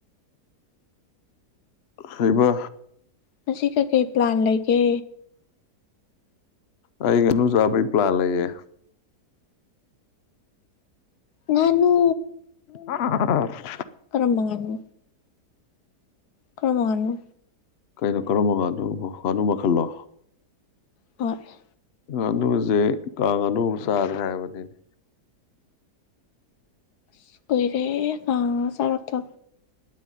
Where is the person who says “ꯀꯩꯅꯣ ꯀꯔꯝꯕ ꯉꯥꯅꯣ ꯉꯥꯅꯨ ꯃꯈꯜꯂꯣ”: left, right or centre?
Left